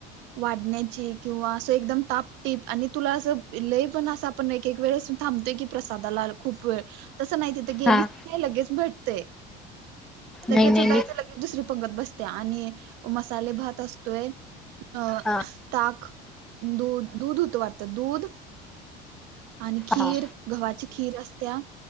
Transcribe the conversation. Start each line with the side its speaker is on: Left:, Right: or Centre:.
Right: वाढण्या ची किंवा अस एकदम टापटीप आणि तुला अस लई पण अस आपण एक एक वेळेस थांबतोय की प्रसादाला खूप वेळ तस नाही तथ गेलीस
Centre: हा
Right: कनी लगेच भेटतय लगेच
Centre: नाही नाही
Right: उडायच
Centre: मी
Right: लगे दुसरी पंगत बसत्या आणि मसाले भात असतोय, अ
Centre: हा
Right: ताक दूध दूध हुत वाटत दूध आणि खीर
Centre: हा
Right: गव्हाची खीर असत्या